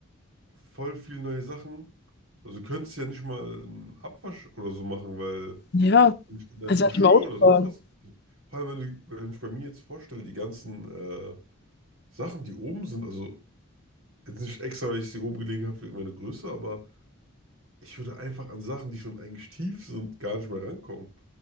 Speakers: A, on the right; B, on the left.
A: voll viel neue Sachen. Also, du könntest ja nicht mal einen Abwasch oder so machen, weil
B: Ja.
A: du nicht dein
B: Als hätte
A: Geschirr
B: ich mal Auto
A: oder sonst
B: fahren.
A: was. Vor allem, wenn, du, wenn ich bei mir jetzt vorstelle, die ganzen äh, Sachen, die oben sind, also jetzt nicht extra, weil ich sie oben gelegen habe wegen meiner Größe, aber Ich würde einfach an Sachen, die schon eigentlich tief sind, gar nicht mehr rankommen.